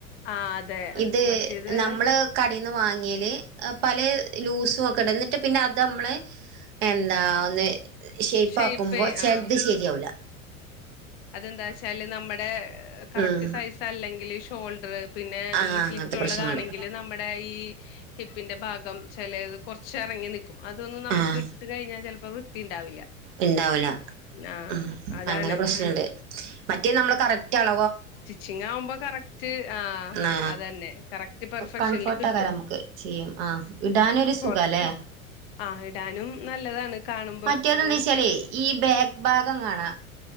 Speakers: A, on the left; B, on the right.
A: ആ അതെ
B: ഇത്
A: മറ്റേത്
B: നമ്മള് കടേന്ന് വാങ്ങിയല് പല ലൂസുംക്കേ കിട ന്നിട്ട് പിന്നെ അത് നമ്മള് എന്താ ന്ന് ഷേപ്പാ
A: ഷേപ്പ്
B: മ്പോ ചെൽത്
A: ആ
B: ശരിയാവും വൂല
A: അതെന്താച്ചാല് നമ്മ്ടെ കറക്റ്റ്
B: ഉം
A: സൈസ അല്ലെങ്കിലി ഇ ഷോൾഡർ പിന്നെ
B: ആഹ്
A: ഈ സ്ലിറ്റ്
B: അങ്ങനത്തെ
A: ഉള്ളതാണെങ്കിൽ
B: പ്രശ്നങ്ങള്
A: നമ്മടെ ഈ ഹിപ്പിന്റെ ഭാഗം ചെലേത് കുറച്ചെറങ്ങി നിക്കും അതൊന്നന്നും നമ്ക്ക്
B: ആഹ്
A: ഇട്ട് കഴിഞ്ഞാ ചെലപ്പം ത്തിണ്ടാവില്ല
B: ഉണ്ടാവൂല
A: ആ
B: ഉം
A: അതാണ്
B: അങ്ങനെ പ്രശ്നണ്ട് മറ്റേ നമ്മള് കറക്ടള
A: സ്റ്റിച്ചിംഗാവുമ്പോ കറക്റ്റ് ആ
B: ആ
A: അത് തന്നെ കറക്റ്റ് പെർഫെക്ഷനിൽ
B: കൺഫോർട്ടാകാരം
A: കിട്ടും
B: നമുക്ക് ചെയ്യും ആ ഇടാനൊരു സുഖാല്ലേ
A: ഓ ആ ഇടാനും നല്ലതാണ് കാണു
B: മറ്റേതെന്താച്ചാലേ ഈ ബാക്ക് ഭാഗം കാണാ